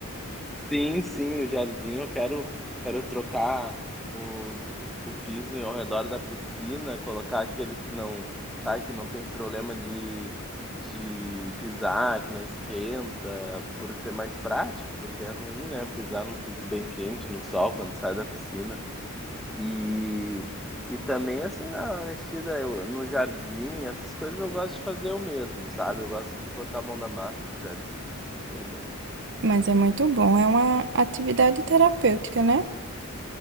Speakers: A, in the centre; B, on the right.
A: Sim, sim, o jardim, eu quero, quero trocar os, o piso ao redor da piscina, colocar aquele que não, sabe, que não tem problema de, de pisar, que não esquenta, por ser mais prático, porque é ruim, né? Pisar num piso bem quente no sol quando sai da piscina. E, e também, assim, na mexida, eu- no jardim, essas coisas eu gosto de fazer eu mesmo, sabe? Eu gosto de botar a mão na massa no jardim. assim, tem mão.
B: Mas é muito bom, é uma atividade terapêutica, né?